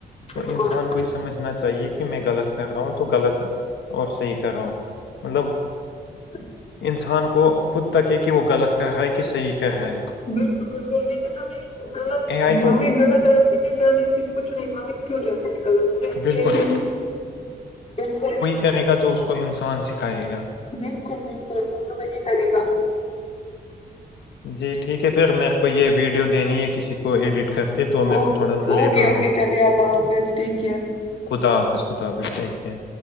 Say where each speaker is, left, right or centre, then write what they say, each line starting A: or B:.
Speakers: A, on the left; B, on the left.
A: بالکل
B: تو انسان کو ہی سمجھنا چاہیے کہ میں غلط کر رہا ہوں تو غلط اور صحیح کر رہا ہوں مطلب
A: <unintelligible>
B: انسان کو خود تک ہے کہ وہ غلط کر رہا ہے کہ صحیح کر رہا ہے
A: بالکل بالکل لیکن ہمیں غلط
B: اے
A: ہمیں
B: آئی تو
A: غلط ر ج میں جانی تھی کچ نہیں ما کیوں جانا ہے کل ہم اچھے
B: بالکل
A: سے بالکل
B: کہے گا جو اس کو انسان سکھائے گا
A: بالکل بالکل وہ تو میں یہ کرے گا
B: جی ٹھیک ہے پھر میر کو یہ ویڈیو دینی ہے کسی کو ایڈٹ کر کے تو میرے
A: اوک
B: کو تھوڑا
A: اوکے
B: لیٹ ہو
A: اوکے
B: رہا ہے
A: چلے اللہ حافظ ٹیک کیئر
B: خدا حافظ خدا حافظ ٹیک کیر